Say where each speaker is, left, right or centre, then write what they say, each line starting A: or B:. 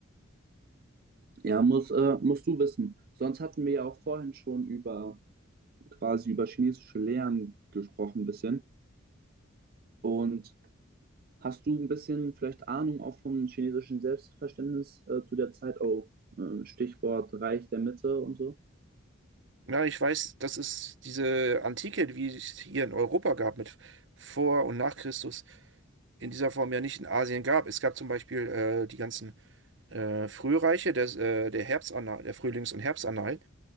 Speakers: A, on the right (about 45°); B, on the right (about 60°).
A: ja, muss, äh, musst du wissen. Sonst hatten wir ja auch vorhin schon über quasi über chinesische Lehren gesprochen ein bisschen. Und hast du ein bisschen vielleicht Ahnung auch vom chinesischen Selbstverständnis äh, zu der Zeit auch? Äh, Stichwort Reich der Mitte und so.
B: Ja, ich weiß, das ist diese Antike, wie es hier in Europa gab, mit vor und nach Christus, in dieser Form ja nicht in Asien gab. Es gab zum Beispiel äh, die ganzen äh, Frühreiche der, äh, der Herbstannalen, der Frühlings- und Herbstannalen,